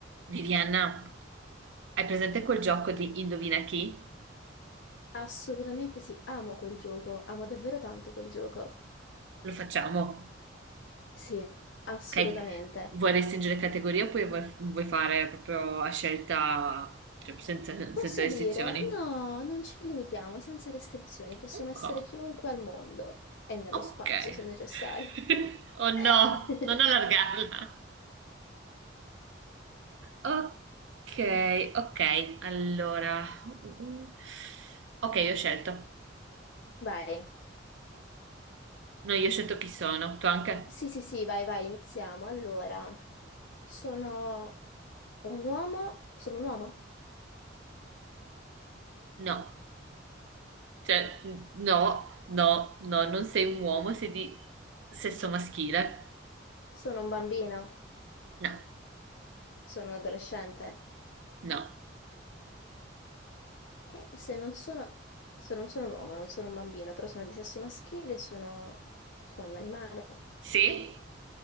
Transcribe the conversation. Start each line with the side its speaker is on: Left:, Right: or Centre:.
Right: Viviana, hai presente quel gioco di Indovina chi?
Left: Assolutamente sì, amo quel gioco, amo davvero tanto quel gioco.
Right: Lo facciamo,
Left: Sì, assolutamente.
Right: ok? Vuoi restringere categoria oppure vuoi, vuoi fare proprio a scelta, cioè senza,
Left: Posso
Right: senza restrizioni?
Left: dire, no, non ci limitiamo, senza restrizioni, possiamo
Right: Ok,
Left: essere chiunque al mondo e nello
Right: ok.
Left: spazio se necessario.
Right: <laughs> Oh
Left: <laughs>
Right: no, non allargarla. Ok, ok, allora... mm, Ok, io ho scelto.
Left: Vai.
Right: No, io ho scelto chi sono, tu anche?
Left: Sì, sì, sì, vai, vai, iniziamo. Allora, sono un uomo, sono un uomo,
Right: No. Cioè, no, no, no, non sei un uomo, sei di sesso maschile.
Left: sono un bambino,
Right: No,
Left: sono un adolescente.
Right: no.
Left: E se non sono, se non sono un uomo, non sono un bambino, però sono di sesso maschile, sono, sono un animale.
Right: Sì?